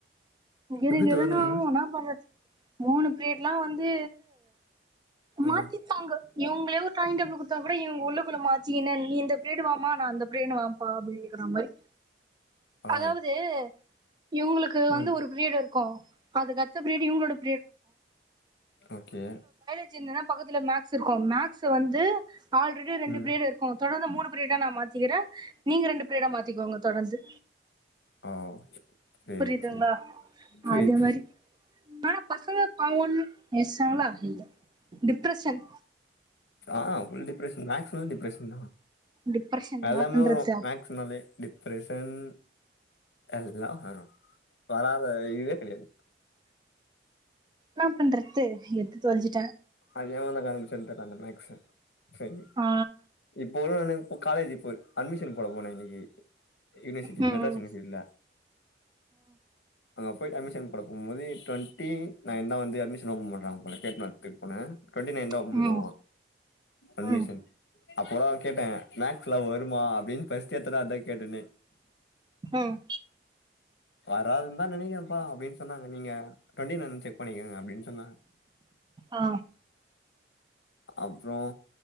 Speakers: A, on the right; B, on the left.
A: கிரு
B: எப்டி
A: கிருனு
B: தொடர்ந்து
A: ஆவும்
B: மூணு
A: என்னா பண்றத் மூணு பீரீடு லா வந்து மாத்தித்தாங்க
B: ம்
A: இவ்ங்ளே ஒரு டைம் டேபுள் குடுத்தா கூட இவுங் உள்ளுக்குள்ள மாச்சிகினு என் இந்த பிரீடு வாமா நா அந்த பிரீடு வாம்பா அப்டிங்ற மாரி
B: ஆ
A: அதாவது இவுங்ளுக்கு வந்து
B: ம்
A: ஒரு வீடு இருக்கும் அதுக் அடுத்த வீடு இவுங்களோடத்
B: ஓக்கே
A: தெரிஞ்சுந்தன பக்கத்துல மேப் மேக்ஸ் இருக்கும் மேக்ஸ் வந்து ஆல்ரெடி ரெண்டு
B: ம்
A: பிரீடு இருக்கும் தொடர்ந்து மூணு ப்ரீடா நா மாத்திக்கிறே நீங்க ரெண்டு ப்ரீடா மாத்திக்கோங்க தொடர்ந்து
B: ஆ செரி
A: புரியுதுங்களா
B: செரி புரிது
A: அது
B: புரி
A: மாரி ஆனா பசங்க. ப ஒண்ணு <unintelligible> டிப்ரசன்
B: ஆஆ ஃபுல் டிப்ரஷன் மேக்ஸ் தா டிப்ரஷன்
A: டிப்ரெஷன் என்னா
B: எல்லாமே
A: பண்றது
B: வரும் மேக்ஸ்னாலே டிப்ரஷன் எல்லாம் வரும் வராத இதுவே கிடையாது
A: னா பண்றது எத்து தொலைஞ்சி
B: அதே இவந்த கணக்கு சொல்லிதர அந்த மேக்சு செரி
A: ஆ
B: இப்போ எனக்கு காலேஜ் இப்ப அட்மிஷன் போட போனே இன்னைக் இ யூனிவர்சிட்டி
A: ம்
B: மெட்ராஸ் யூனிவர்சிட்டில்ல
A: ம்
B: அங்க போய் அட்மிஷன் போட போம்போது டொன்டி நைன் தா வந்து அட்மிஷன் ஒப்பன் பண்றாங்க போல கேட்னுவரத்துக் பொன டோண்டி நைன் தா
A: ம்
B: ஒபன் பண்ணுவாங்க அட்மிஷன்
A: ம் ம்
B: <unintelligible> கேட்டேன் மேக்ஸ்லா வருமா அப்படின் ஃபஸ்ட் எத்தத அதா கேட்டன
A: ம்
B: வராதுதான் நெனைக்கற ப்ப அப்டின் சொன்னங்க நீங்க டொண்டி நை செக் பண்ணிக்கங்க அப்டின் என்னா
A: ஆ
B: அப்புறம்